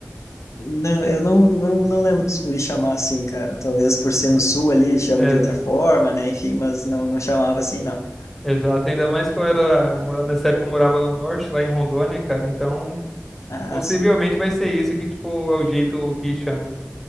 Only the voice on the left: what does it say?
Não, eu não, não, não lembro dos guris chamar assim, cara. Talvez por ser no sul ali, chame
de outra forma, né? Enfim, mas não, não chamava assim, não.
Ah,
sim.